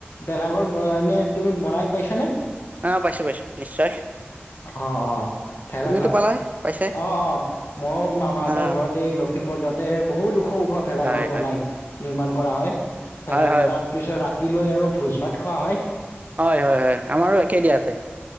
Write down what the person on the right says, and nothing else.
আহ পাইছো পাইছো নিশ্চয়।
তুমিওতো পালাই পাইছাই
অ
হয়
হয়
হয় হয়
হয় হয় হয় আমাৰো একেই দিয়া ইয়াতে।